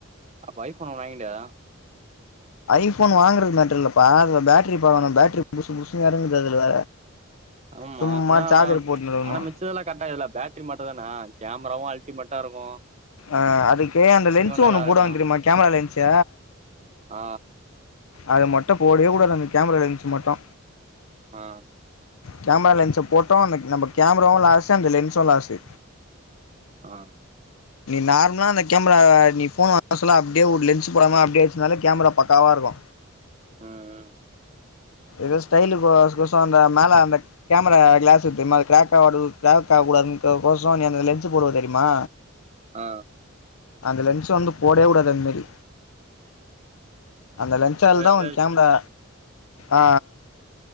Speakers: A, on the right (about 30°); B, on the left (about 85°).
A: அப்ப ஐபோன் வாங்கிட்டயா
B: ஐபோன் வாங்கறது மேட்டரில்லபா அதுல பேட்டரி பண்ணணு பேட்டரி புசு புசு எறங்குது அதுல
A: ஆமா
B: சும்மா
A: ஆனா
B: சார்ஜர் போட்டுனு இருக்கணு
A: ஆனா மெச்சு மித்ததலா கரட்டா இருக்குல பேட்டரி மட்டுந்தான கேமராவு அழ் க மெட்டாருக்கு
B: ஆ அதுக்கு அந்த லென்சு
A: நல்லா
B: ஒண்ணு
A: இருக்கு
B: போடுவாங்க தெரிமா கேமரா லென்சு
A: ஆ
B: அது மட்டு போடவே கூடாது அந்த கேமரா லென்ஸ் மட்டு
A: ஆ
B: கேமரா லென்ஸ போட்டோ அந்த நம்ம கேமராவு லாசு அந்த லென்ஸு லாசு
A: ஆ
B: நீ நார்மலா அந்த கேமராவ நீ போனு வாங்க சொல்ல அப்டியே ஒரு லென்ஸ் போடாம அப்டியே வச்சதுனாலே கேமரா பக்காவா இருக்கு
A: ம் ம்
B: ஏதோ ஸ்டைலு கோ கொச கொச அந்த மேல அந்த கேமரா க்ளாஸ்க்கு தெரியுமா அது க்ராக் ஆகாது க்ராக் ஆக கூடாது கோச நீ அந்த லென்ஸ் போடுவ தெரியுமா
A: ஆ
B: அந்த லென்சு வந்து போடவே கூடாது அந் மேரி அந்த லென்ஸால
A: சேர்
B: தா
A: சேரி
B: உன் கேமரா ஆ